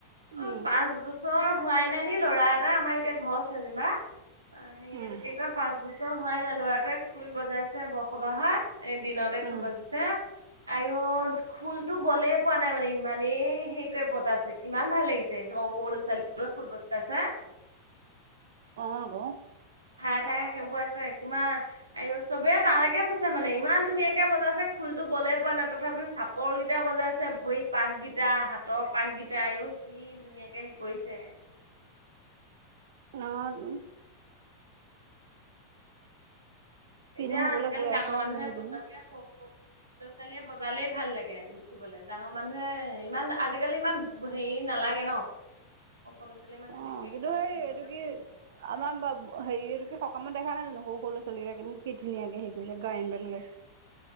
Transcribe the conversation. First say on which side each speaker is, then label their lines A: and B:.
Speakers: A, on the right; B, on the right.
A: উম
B: অ পাঁচ বছৰ হোৱাই নাই নি ল'ৰা এটা আমাৰ এতিয়া ঘৰ চ যেনিবা৷ অ সেইটো
A: উম
B: কি কয় পাঁচ বছৰ হোৱাই নাই ল'ৰাটোৱে খুল বজাইছে বসবাহত এই দিনতে খোল
A: উম
B: বাজিছে। আইও খুলতো বলে পোৱা নাই মানে ইমানেই হেৰিকৈ বজাইছে। কিমান ভাল লাগিছে সৰু সৰু ল'ৰা- ছোৱালী বোৰে খোল বজাইছে
A: অ আকৌ।
B: ঠায়ে ঠায়ে সেইবোৰ আছে কিমান আৰু চবেই তালৈকে চাইছে মানে ইমান ধুনীয়াকে বজাইছে খোল তোক বলে পোৱা নাই তথাপিও চাপৰ কেইটা বজাইছে। ভৰি পাককেইটা হাতৰ পাককিটা আইও। যি ধুনীয়াকে হেই কৰিছে।
A: অ তু কিনো
B: এতিয়া
A: হ'বলৈ
B: আজিকালি
A: গৈ
B: ডাঙৰ
A: আছে আৰু
B: মানুহে
A: দিনক
B: বজাতকে
A: দিনে।
B: সৰু সৰু ল'ৰা ছোৱালীয়ে বজালেই ভাল লাগে। দেখিবলে ডাঙৰ মানুহে ইমান আজিকালি ইমান হেৰী নালাগে ন। সৰু ল'ৰা ছোৱালীয়ে ইমান
A: অ
B: ধুনীয়াকে হেৰি
A: কিন্তু
B: কৰে
A: সেই
B: সিহঁতকে
A: এইটো কি
B: ভাল লাগে
A: আমাৰ হেৰী এইটো কি সকামত দেখা নাই জানো সৰু সৰু ল'ৰা-ছোৱালী কি ধুনীয়াকে হেৰি কৰিছে গায়েন বায়েন গাইছে।